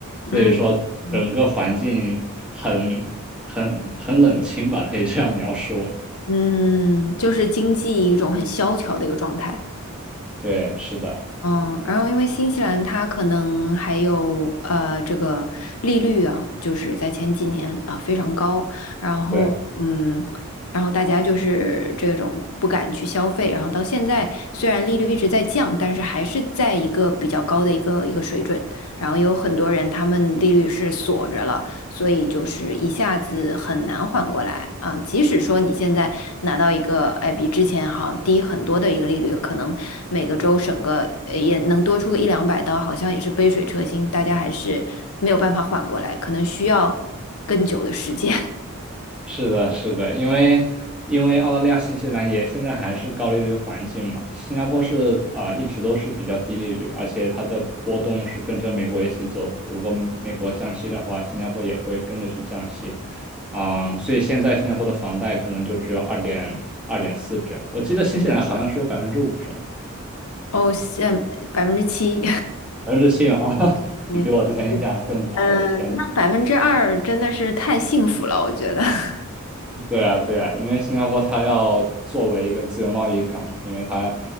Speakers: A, on the left; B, in the centre.
A: 嗯
B: 所以说，
A: 嗯，
B: 整个环境很很很冷清吧，可以这样描述。
A: 嗯就是经济一种很萧条的一个状态。
B: 对，是的。
A: 嗯，然后因为新西兰它可能还有呃这个利率啊，就是在前几年啊、非常高，然后嗯，
B: 对。
A: 然后大家就是这种不敢去消费，然后到现在虽然利率一直在降，但是还是在一个比较高的一个一个水准，然后有很多人他们利率是锁着了，所以就是一下子很难缓过来啊。即使说你现在拿到一个，哎，比之前好像低很多的一个利率，可能每个州省个呃也能多出个一两百刀，好像也是杯水车薪，大家还是没有办法缓过来，可能需要更久的时间。<laughs>
B: 是的，是的，因为因为澳大利亚、新西兰也现在还是高利率环境嘛，新加坡是啊、一直都是比较低利率，而且它的波动是跟着美国一起走的。如果美国降息的话，新加坡也会跟着去降息，啊、所以现在新加坡的房贷可能就只有二点二点四这样。我记得新西兰好像是有百分之五是吗？
A: 哦，现百分之七，
B: 百分之七啊，<laughs>
A: <laughs> 对，
B: 比比我之前印象更高，
A: 嗯，
B: 我的天！
A: 那百分之二真的是太幸福了，我觉得。<laughs>
B: 对啊，对啊，因为新加坡它要作为一个自由贸易港嘛，因为它